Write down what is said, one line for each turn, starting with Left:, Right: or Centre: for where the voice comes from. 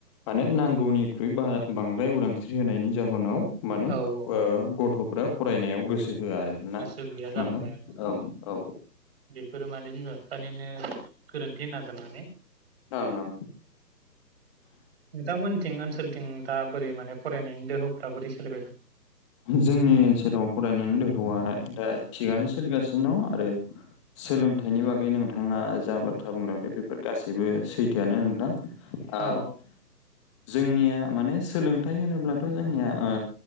Left: माने नांगौनिख्रुइ बा बांद्राय उदांस्रि होनायनि जाहोनाव माने
Right: औ औ
Left: ओ गथ'फ्रा फरायनायाव गोसो होआ आरो। ना
Right: गोसो गैया जालांबाय
Left: नोंथां
Right: आरो
Left: औ औ ओं
Right: बेफोरो माने बिमा बिफानिनो गोरोन्थि होननांगोन माने
Left: औ औ।
Right: नोंथांमोनथिं ओनसोलथिं दा बोरै माने फरायनायनि दोहौफ्रा बोरै सोलिबाय दं?
Left: जोंनि ओनसोलाव फरायनायनि दोहौआ दा थिगानो सोलिगासिनो दं, आरो सोलोंथाइनि बागै नोंथाङा जा बाथ्रा बुंलांदो बेफोर गासैबो सैथोआनो नोंथां। आ
Right: औ
Left: जोंनिया माने सोलोंथाइ होनोब्लाथ' जों ओ